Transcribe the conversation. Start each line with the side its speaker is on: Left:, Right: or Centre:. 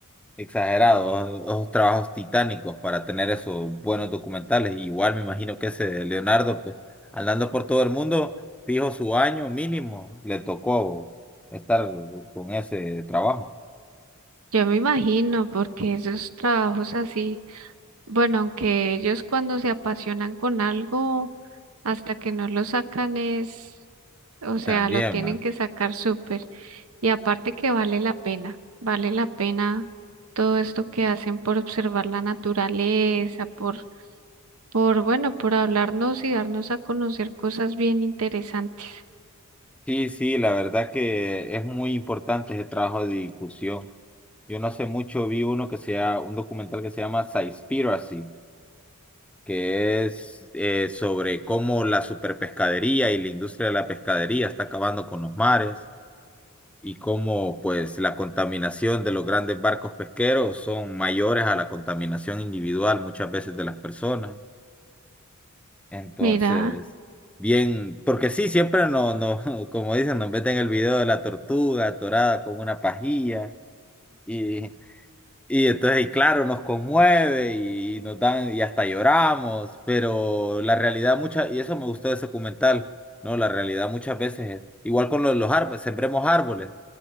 Centre: Exagerados, esos trabajos titánicos para tener esos buenos documentales. Igual me imagino que ese Leonardo, pues, andando por todo el mundo, fijo su año mínimo, le tocó estar con ese trabajo.
Right: Yo me imagino, porque esos trabajos así, bueno, aunque ellos cuando se apasionan con algo, hasta que no lo sacan es, o sea,
Centre: También,
Right: lo tienen
Centre: man.
Right: que sacar súper. Y aparte que vale la pena, vale la pena todo esto que hacen por observar la naturaleza, por, por, bueno, por hablarnos y darnos a conocer cosas bien interesantes.
Centre: Sí, sí, la verdad que es muy importante ese trabajo de difusión. Yo no sé mucho, vi uno que sea un documental que se llama Seaspiracy que es eh, sobre cómo la superpescadería y la industria de la pescadería está acabando con los mares y cómo pues la contaminación de los grandes barcos pesqueros son mayores a la contaminación individual muchas veces de las personas. Entonces,
Right: Mira,
Centre: bien, porque sí, siempre no, no, <laughs> como dicen, nos meten el video de la tortuga atorada con una pajilla. y y entonces, y claro, nos conmueve y, y nos dan, y hasta lloramos, pero la realidad mucha, y eso me gustó de ese documental, ¿no? La realidad muchas veces es, igual con los, los árboles, sembremos árboles,